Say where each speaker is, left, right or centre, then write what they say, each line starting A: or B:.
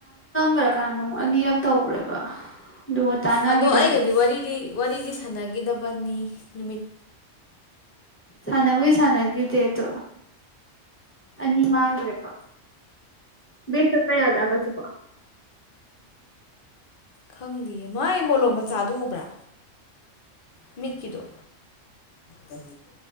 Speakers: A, on the left; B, on the left.
A: <unintelligible> ꯀꯥꯟꯅꯣ ꯑꯃꯨꯛ ꯑꯅꯤꯔꯛ ꯇꯧꯒ꯭ꯔꯦꯕ ꯑꯗꯨꯒ ꯇꯥꯟꯅꯒꯤꯗꯕ
B: ꯑꯗꯣ ꯑꯩꯒꯗꯤ ꯋꯥꯔꯤꯗꯤ ꯋꯥꯔꯤꯗꯤ ꯁꯥꯟꯅꯒꯤꯗꯕꯅꯤ ꯅꯨꯃꯤꯠ
A: ꯁꯥꯟꯅꯕꯩ ꯁꯥꯟꯅꯈꯤꯗꯦ ꯑꯗꯣ ꯑꯅꯤ ꯃꯥꯡꯒ꯭ꯔꯦꯕ ꯕꯦꯛ ꯆꯠꯄꯥ ꯌꯥꯖꯠꯂꫭ ꯁꯤꯕꫭ
B: ꯈꯪꯗꯦꯌꯦ ꯃꯥꯥ ꯑꯩ ꯃꯣꯂꯣꯝ ꯃꯆꯥꯗꯨ ꯎꯕ꯭ꯔꯥ ꯃꯤꯠ ꯀꯤꯗꯣ <inaudible>